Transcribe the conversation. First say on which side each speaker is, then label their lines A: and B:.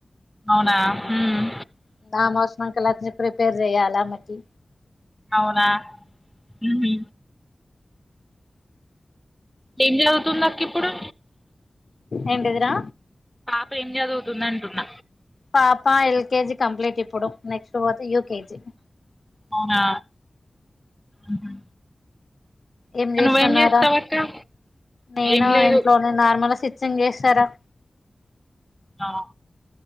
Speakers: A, in the centre; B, on the left (about 65°).
A: అవునా మ్మ్
B: ఆమె వస్తునాక లాంజ్ ప్రిపేర్ చెయ్యాలా మటి
A: అవునా ఉహు ఏం చదువుతుందక్క ఇప్పుడు
B: ఏంటిదిరా
A: ఇప్ ఏం జదువుతుందంటున్న
B: పాప ఎల్కేజీ కంప్లీట్ ఇప్పుడు నెక్స్ట్ పోతే యూకేజీ
A: అవునా ఉహు.
B: ఏం చేస్తున్నావ్
A: నువ్వేం చేస్తావు
B: రా
A: అక్క
B: నేను
A: ఏం లేదు
B: ఇంట్లోనే నార్మల్ సిచ్ంగ్ చేస్తారా
A: ఆహా